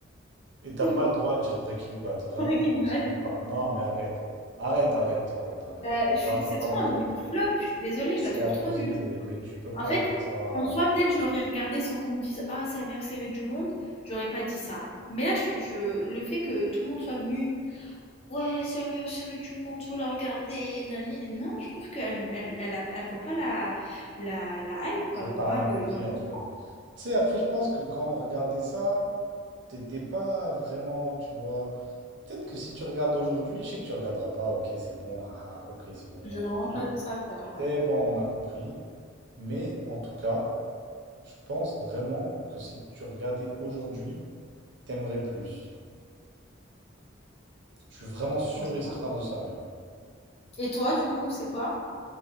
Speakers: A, on the right (about 60°); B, on the left (about 30°).
A: Et t'as
B: <laughs>
A: pas le droit de dire Breaking Bad. Vraiment,
B: Breaking
A: commence
B: Bad.
A: même pas. Non, mais arrête. Arrête, arrête, arrête, arrête.
B: Bah,
A: arrête.
B: je
A: J'ai
B: suis,
A: arrêté
B: c'est
A: de parler
B: trop
A: avec
B: un big
A: toi.
B: flop. Je suis désolée,
A: C'est
B: je la trouve
A: abusé,
B: trop nulle.
A: mais tu peux
B: En
A: pas
B: fait,
A: dire ça.
B: en soi, peut-être je l'aurais regardé sans qu'on me dise Ah, c'est la meilleure série du monde, j'aurais pas dit ça. Mais là, je, je- le fait que tout le monde soit venu Ouais, c'est la meilleure série du monde, faut la regarder. nani- Non, je trouve qu'elle elle, elle a- elle vaut pas la, la, la hype, quoi.
A: C'est
B: Elle vaut
A: que t'as
B: pas
A: rien
B: le.
A: compris
B: l'engouement.
A: en fait. Tu sais, après, je pense que quand on regardait ça, t'étais pas vraiment, tu vois. Peut-être que si tu regardes aujourd'hui, je sais que tu regarderas pas, ok, c'est bon, haha, ok, c'est bon,
B: J'ai
A: on a
B: vraiment
A: compris.
B: pas que ça à faire, ouais.
A: C'est bon, on a compris. Mais en tout cas, je pense vraiment que si tu regardais aujourd'hui, t'aimerais plus. Je suis vraiment
B: Je
A: sûr
B: pense
A: et certain
B: pas.
A: de ça même.
B: Et toi, du coup, c'est quoi?